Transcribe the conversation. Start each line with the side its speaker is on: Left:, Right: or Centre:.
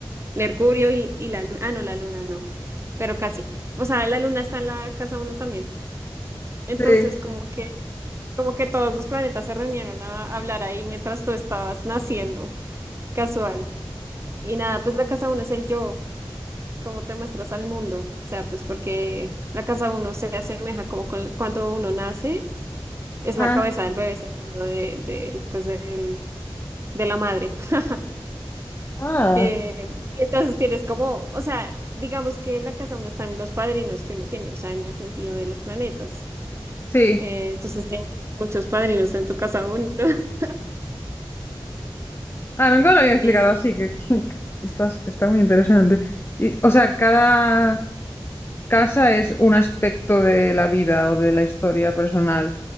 Right: Mercurio y, y la luna, ah, no, la luna no. pero casi. O sea, la luna está en la casa uno también. Entonces,
Left: Sí.
Right: como que, como que todos los planetas se reunieron a hablar ahí mientras tú estabas naciendo, casual. Y nada, pues la casa uno es el yo, cómo te muestras al mundo. O sea, pues porque la casa uno se asemeja como con, cuando uno nace, es
Left: Ah,
Right: la cabeza del bebé saliendo de, de, pues del, de la madre. <laughs>
Left: Ah,
Right: Eh, y entonces tienes como, o sea, digamos que en la casa uno están los padrinos que uno tiene, o sea, en el sentido de los planetas.
Left: sí.
Right: Eh, entonces tienes muchos padrinos en tu casa uno. <laughs>
Left: Ah, nunca lo había
Right: Eh,
Left: explicado así, que <laughs> estás, está muy interesante. Y, o sea, cada casa es un aspecto de la vida o de la historia personal